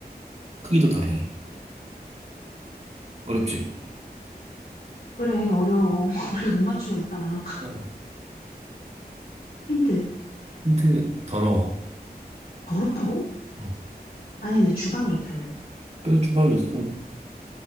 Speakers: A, on the right; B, on the left.
A: 크기도 다양해. 어렵지.
B: 그래, 어려워. <laughs> 그래서 못 맞추고 있잖아.
A: 어.
B: 힌트.
A: 근데 더러워.
B: 어렵다고?
A: 어,
B: 아니, 근데 주방에 있다며.
A: 그래, 주방이 있어.